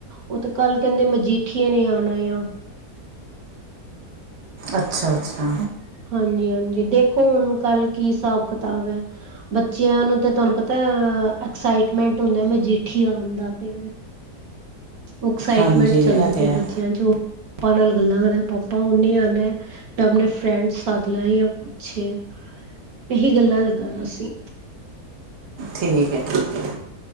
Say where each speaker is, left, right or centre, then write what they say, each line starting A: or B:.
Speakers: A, on the right; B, on the right.
A: ਉਹ ਤੇ ਕੱਲ ਕਹਿੰਦੇ, ਮਜੀਠੀਏ ਨੇ ਆਉਣਾ ਆ।
B: ਅੱਛਾ ਅੱਛਾ।
A: ਹਾਂਜੀ ਹਾਂਜੀ, ਦੇਖੋ ਹੁਣ ਕੱਲ ਕੀ ਹਿਸਾਬ ਕਿਤਾਬ ਹੈ। ਬੱਚਿਆਂ ਨੂੰ ਤੇ ਤੁਹਾਨੂੰ ਪਤਾ ਐਕਸਾਈਟਮੈਂਟ ਹੁੰਦਾ ਮਜੀੇਠੀ ਆਨ ਦਾ ਪ। ਐਕਸਾਈਟਮੈਂਟ
B: ਹਾਂਜੀ
A: ਚੱਲਦੀ
B: ਇਹ ਤਾਂ
A: ਪਈ
B: ਹੈ
A: ਆ ਬੱਚਿਆਂ 'ਚ ਪਾਪਾ ਨਾਲ ਗੱਲਾਂ ਕਰੇ ਪਾਪਾ ਓਨੇ ਆਉਨਾ ਟਮਣੇ। ਫਰੈਂਡ ਸਦਲਾ ਜਾਂ ਕੁਛ ਇਹੀ ਗੱਲਾਂ ਲੱਗਾ ਵਾ ਸੀ।
B: ਠੀਕ ਐ- ਠੀਕ ਐ